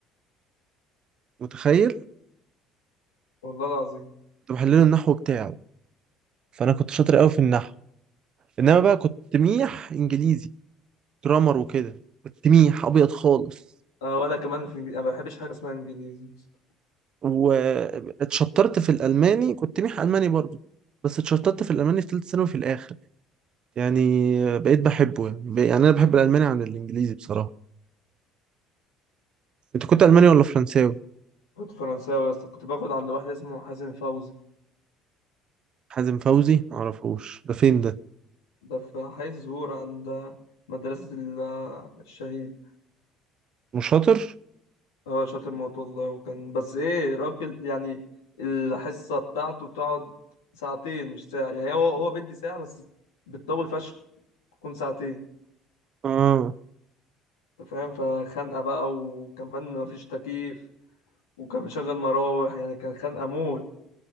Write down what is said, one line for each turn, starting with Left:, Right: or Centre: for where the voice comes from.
Right: متخيل
Left: والله العظيم
Right: كنت بحل له النحو بتاعه فانا كنت شاطر قوي في النحو انما بقى كنت ميح انجليزي جرامر وكده كنت ميح ابيض خالص
Left: انا وانا كمان في الانجليزي انا ما بحبش حاجه اسمها انجليزي يا اسطى.
Right: واتشطرت في الالماني كنت ميح الماني برضو بس اتشطرت في الالماني في ثالثه ثانوي في الاخر يعني بقيت بحبه يعني ب- يعني انا بحب الالماني عن الانجليزي بصراحه انت كنت الماني ولا فرنساوي
Left: كنت فرنساوي يا اسطى كنت باخد عند واحد اسمه حازم فوزي
Right: حازم فوزي معرفوش ده فين ده
Left: ده في حي الزهور عند مدرسه ال- الشهيد
Right: مش شاطر
Left: اه شاطر موت والله وكان بس ايه راجل يعني الحصه بتاعته بتقعد ساعتين مش ساعه يعني هو هو بيدي ساعه بس بتطول فشخ تكون ساعتين
Right: اه
Left: انت فاهم فخنقة بقى وكمان مفيش تكييف وكان بيشغل مراوح يعني كان خنقة موت